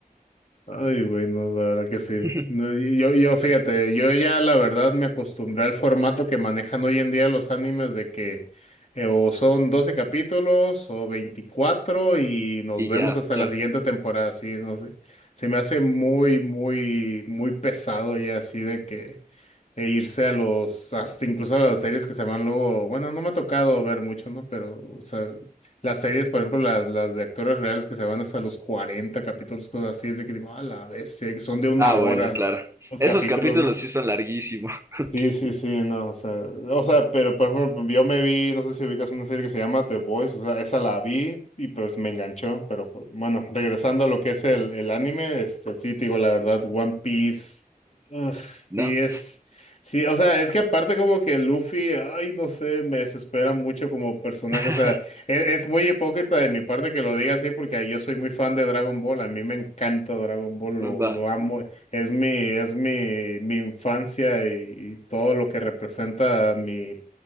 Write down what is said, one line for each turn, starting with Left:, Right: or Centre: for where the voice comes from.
Left: Ay, güey, no, la verdad que sí.
Right: <laughs>
Left: No, y- Yo, yo, fíjate, yo ya la verdad me acostumbré al formato que manejan hoy en día los animes de que eh, o son 12 capítulos o veinticuatro y nos
Right: Y
Left: vemos
Right: ya,
Left: hasta
Right: claro.
Left: la siguiente temporada, sí, no sé. Se me hace muy, muy, muy pesado ya así de que e irse a los, hasta incluso a las series que se van luego, bueno, no me ha tocado ver mucho, ¿no? Pero, o sea, las series, por ejemplo, las, las de actores reales que se van hasta los 40 capítulos, cosas así, es de que digo, a la bestia, que son de una
Right: Ah, bueno,
Left: hora
Right: claro.
Left: los
Right: Esos
Left: capítulos,
Right: capítulos
Left: ¿no?
Right: sí son larguísimos, <laughs>
Left: Sí, sí, sí, no, o sea, o sea, pero por ejemplo, yo me vi, no sé si ubicas una serie que se llama The Boys, o sea, esa la vi y pues me enganchó, pero pues bueno, regresando a lo que es el, el anime, este, sí, te digo la verdad, One Piece, ugh,
Right: ¿no?
Left: sí es, sí, o sea, es que aparte como que Luffy, ay, no sé, me desespera mucho como personaje,
Right: <laughs>
Left: o sea, es, es muy hipócrita de mi parte que lo diga así porque yo soy muy fan de Dragon Ball, a mí me encanta Dragon Ball,
Right: Va.
Left: lo, lo amo. Es mi, es mi, mi infancia y, y todo lo que representa mi,